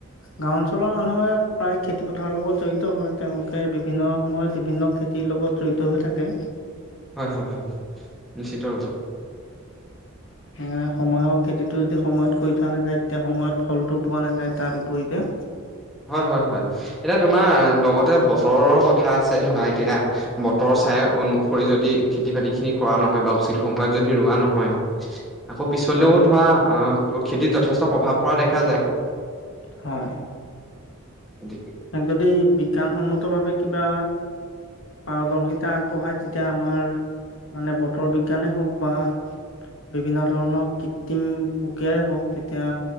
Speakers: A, on the left; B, in the centre.
A: গাঁও অঞ্চলৰ মানুহে প্ৰায় খেতি পথাৰৰ লগত জড়িত হয় তেওঁলোকে বিভিন্ন সময়ত বিভিন্ন খে তিৰ লগত জড়িত হৈ থাকে।
B: হয় হয় হয় বেছি দৰকাৰ।
A: সেইকাৰণে সময়ৰ খেতিটো যদি সেইকাৰণে সময়ৰ খেতিটো যদি সময়ত কৰি থোৱা নাযায় তেতিয়া সময়ত ফলটো পোৱা নাযায় তাৰ বিপৰীতে।
B: হয় হয় হয় এতিয়া তোমাৰ লগতে বতৰৰ কথা আছে ধৰা এতিয়া বতৰ চাই অনুসৰি যদি খেতি বাতিখিনি কৰা নহয় বা উচিত সময়ত যদি ৰোৱা নহয় আকৌ পিছলেও
A: হয়
B: ধৰা অ খেতিত যথেষ্ট প্ৰভাৱ পৰা দেখা যায়।
A: হয়
B: উম
A: তাক যদি বিজ্ঞানসন্মতভাৱে কিবা পাৰদৰ্শিতা আগবঢ়াই তেতিয়া আমাৰ মানে বতৰ বিজ্ঞানেই হওক বা বিভিন্ন ধৰণৰ কৃত্ৰিম প্ৰক্ৰিয়াই হওক তেতিয়া